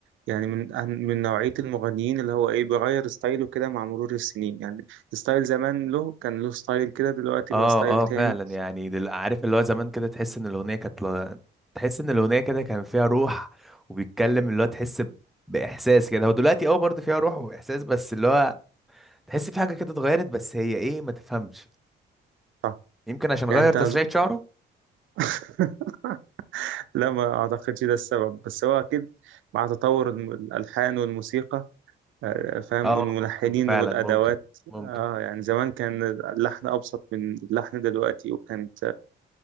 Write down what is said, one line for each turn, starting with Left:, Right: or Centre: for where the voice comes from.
Right: يعني من من نوعيه المغنيين اللي هو ايه بيغير ستايله كده مع مرور السنين يعني ستايل زمان له كان له ستايل كده دلوقتي
Centre: اه
Right: بقى ستايل تاني
Centre: اه فعلا يعني دل... عارف اللي هو زمان كده تحس ان الاغنيه كانت ل... تحس ان الاغنيه كده كان فيها روح وبيتكلم اللي هو تحس ب... باحساس كده هو دلوقتي اه برضه فيها روح واحساس بس اللي هو تحس في حاجه كده اتغيرت بس هي ايه ما تفهمش
Right: صح
Centre: يمكن عشان غير
Right: يعني انت
Centre: تسريحه شعره
Right: <laughs> لا ما اعتقدش ده السبب بس هو اكيد مع تطور الم- الالحان والموسيقى آه، فاهم
Centre: اه
Right: والملحنين
Centre: ممكن فعلا
Right: والادوات
Centre: ممكن ممكن
Right: اه يعني زمان كان اللحن ابسط من اللحن دلوقتي وكانت آه،